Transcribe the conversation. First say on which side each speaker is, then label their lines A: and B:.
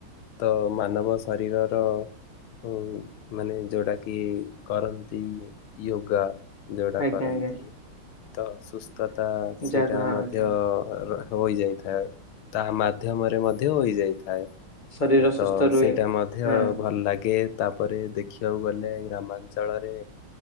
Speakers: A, on the left; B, on the left.
A: ତ ମାନବ ଶରୀରର ଉଁ ମାନେ ଯୋଉଟା କି କରନ୍ତି ୟୋଗା ଯୋଉଟା
B: ଆଜ୍ଞା
A: କରନ୍ତି
B: ଆଜ୍ଞା।
A: ତ ସୁସ୍ ସୁସ୍ଥତା ସେଇଟା
B: ଯା ହଁ
A: ମଧ୍ୟ
B: ଆଜ୍ଞା
A: ହୋଇଯାଇଥାଏ। ତାହା ମାଧ୍ୟମରେ ମଧ୍ୟ ହୋଇଯାଇଥାଏ।
B: ଶରୀର
A: ତ
B: ସୁସ୍ଥ ରୁହେ
A: ସେଇଟା ମଧ୍ୟ
B: ହଁ
A: ଭଲ ଲାଗେ। ତାପରେ ଦେଖିବାକୁ ଗଲେ ଗ୍ରାମାଞ୍ଚଳରେ